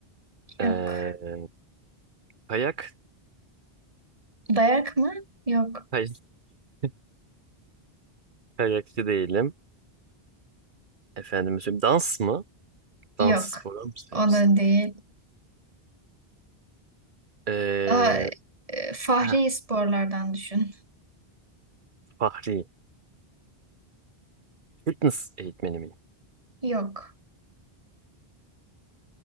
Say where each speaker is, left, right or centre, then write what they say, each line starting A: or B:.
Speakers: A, on the right (about 50°); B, on the right (about 35°).
A: Ee,
B: Yok.
A: kayak,
B: Dayak mı? Yok.
A: kay- <laughs> kayakçı değilim. Efendim söyleyeyim. Dans mı? Dans
B: Yok.
A: sporu mu sevmişsin?
B: O da değil.
A: Ee,
B: Daha e, fahri
A: heh,
B: sporlardan düşün.
A: Fahri. Fitness eğitmeni miyim?
B: Yok.